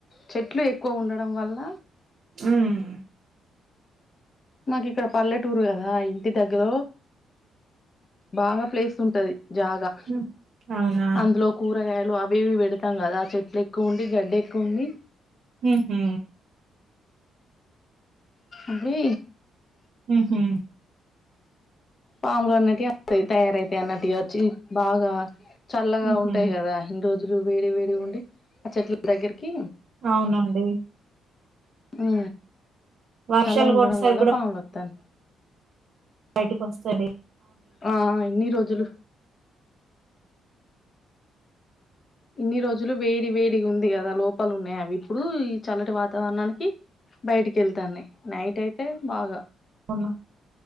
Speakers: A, on the left (about 35°); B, on the right (about 60°).
A: చెట్లు ఎక్కువ ఉండడం వల్ల
B: ఉమ్మ్
A: నాకు ఇక్కడ పల్లెటూరు కదా ఇంటి దగ్గరో బాగా ప్లేస్ ఉంటది జాగా
B: హ్మ్. అవునా!
A: అందులో కూరగాయలు అవి వేవి పెడతాం కదా ఆ చెట్లు ఎక్కువ ఉండి గడ్డ ఎక్కువ ఉంది
B: మ్మ్ హు
A: అవి
B: హ్మ్ హు
A: పాములు అన్నటివి తయారైత అన్నటి వచ్చి బాగా చల్లగా
B: హుహు.
A: ఉంటాయి కదా ఇన్ని రోజులు వేడి వేడి ఉండి ఆ చెట్ల దగ్గరికి
B: అవునండి
A: ఉ
B: వర్షాలు
A: చాలాగా ఉండడం
B: గొట్టేసరికి
A: వల్ల పాములోస్తున్నాయి
B: బయటకి వస్తాది
A: ఆ ఎన్ని రోజులు ఇన్ని రోజులు వేడి వేడి ఉంది కదా లోపాలు ఉన్నాయి అవి ఇప్పుడు ఈ చల్లటి వాతావరణానికి బయటికి వెళ్తాన్నాయ్ నైట్ అయితే బాగా
B: అవును.